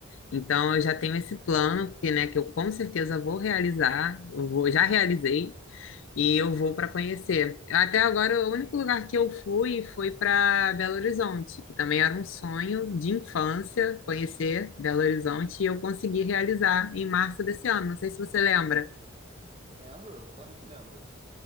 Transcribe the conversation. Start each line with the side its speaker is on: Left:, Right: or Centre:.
Left: Então eu já tenho esse plano que, né, que eu com certeza vou realizar. Eu vou, já realizei. E eu vou para conhecer. Até agora, o único lugar que eu fui foi para Belo Horizonte, que também era um sonho de infância conhecer Belo Horizonte, e eu consegui realizar em março desse ano. Não sei se você lembra.
Right: Lembro? Claro que lembro.